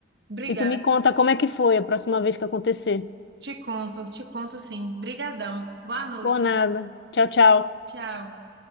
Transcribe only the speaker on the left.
e tu me conta como é que foi a próxima vez que acontecer.
Boa nada. Tchau, tchau.